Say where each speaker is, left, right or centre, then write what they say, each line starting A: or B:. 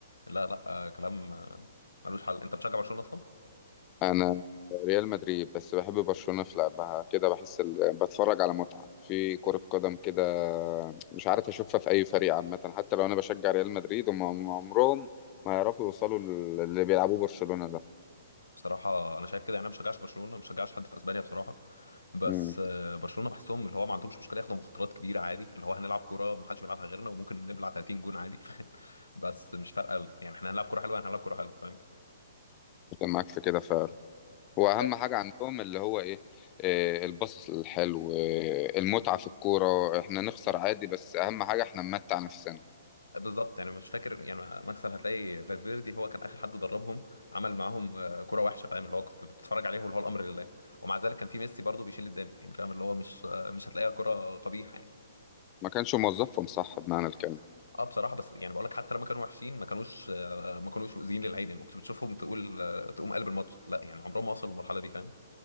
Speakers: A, on the left; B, on the left.
A: لا لا آه، كلام آه، ملوش حل انت بتشجع برشلونه اصلا
B: انا ريال مدريد بس بحب برشلونة في لعبها كده بحس ال... بتفرج على متعة في كرة قدم كده مش عارف اشوفها في اي فريق عامة حتى لو انا بشجع ريال مدريد هم هم عمرهم ما يعرفوا يوصلوا لل- اللي بيلعبوه برشلونة ده
A: بصراحه انا شايف كده يعني انا ما بشجعش برشلونه ما بشجعش حد في اسبانيا بصراحه بس
B: امم
A: آه، برشلونه بحسهم اللي هو ما عندهمش مشكله ياخدوا مخاطرات كبيره عادي اللي هو هنلعب كوره ما حدش بيلعبها غيرنا وممكن نبلع 30 جون عادي <laughs> فاهم بس مش فارقه يعني احنا هنلعب كوره حلوه هنلعب كوره حلوه فاهم
B: معاك في كده فعلا واهم
A: آه،
B: حاجة عندهم اللي هو ايه آه، الباص الحلو آه، المتعة في الكورة احنا نخسر عادي بس اهم حاجة احنا نمتع نفسنا
A: بالظبط يعني مش فاكر يعني مكسل هتلاقي فالفيردي هو كان اخر حد دربهم عمل معاهم آه، كوره وحشه فاهم اللي هو كنت بتتفرج عليهم اللي هو الامر لله ومع ذلك كان في ميسي برضه بيشيل الدنيا يعني فاهم اللي هو مش آه، مش هتلاقيها كوره قبيحه يعني
B: ما كانش موظفهم صح بمعنى الكلمة
A: اه بصراحه بس يعني بقول لك حتى لما كانوا وحشين ما كانوش آه، ما كانوش مؤذيين للعين يعني ما كنت بتشوفهم تقول آه، تقوم قلب الماتش لا يعني عمرهم ما وصلوا للمرحله دي فاهم